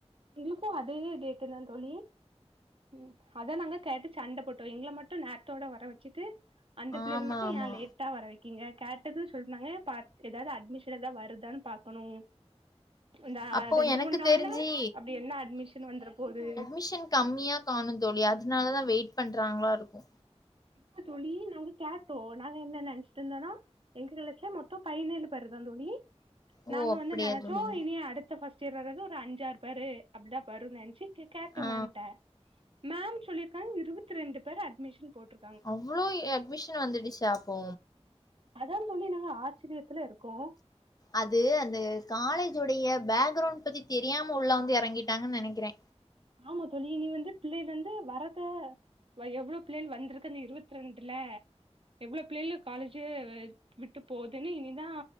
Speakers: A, on the right; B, on the left.
A: எங்ளுக்கு அதே டேட்டுதா தோழி ம் அதா நாங்க கேட்டு சண்ட போட்டோ எங்கள மட்டு நேரத்தோட வர வச்சுட்டு அந்த பிள்ளைல
B: ஆமா
A: மட்டு
B: ஆமா
A: ஏன் லே ட்டா வர வைக்கீங்க கேட்டதுன் சொன்னாங்க பா எதாது அட்மிஷன்தா வருதான் பாக்கணு ந்த
B: அப்போ
A: ரெண்டு
B: எனக்கு
A: மூண் நாள்ல
B: தெரிஞ்சு
A: அப்டி என்ன அட்மிஷன் வந்துர போது
B: மிஷன் கம்மியா காணு தோழி அதனாலதா வெயிட் பண்றாங்களா இருக்கு
A: <unintelligible> தோழி நாங்க கேட்டோ நாங்க என்ன நெனைச்சுட்டுந்தனா எங்களுக்கு மொத்தோ பதினேழு பேருதா தோழி
B: ஓ
A: நாங்க
B: அப்படியா
A: வந்து நெனச்சோ
B: தோழி
A: இனி அடுத்த ஃபஸ் ஸ்ட்டு இயர் வர்றது ஒரு அஞ்சாறு பேரு அப்டிதா வரு நென்ச்சு கேட்டோ
B: ஆ
A: மேம்ட்ட மேம் சொல்லிருக்காங் இருவத்தி ரெண்டு பேர அட்மிஷன் போட்ரு
B: அவ்ளோ எ அட்மிஷன் வந்துடுச்சா அப்போ
A: அதா தோழி நாங்க ஆச்சரியத்துல இருக்கோ
B: அது அந்த காலேஜ் உடைய பேக்ரவுண்ட் பத்தி தெரியாம உள்ள வந்து எறங்கிட்டாங்கன் நெனைக்கிறே
A: ஆமா தோழி நீ வந்து பிள்ளைலந்து வரத <unintelligible> எவ்ளோ பிள்ளைள் வந்திருக்கு இருவத் ரெண்டுல எவ்ளோ பிள்ளைளு காலேஜு விட்டு போதுன்னு இனிதா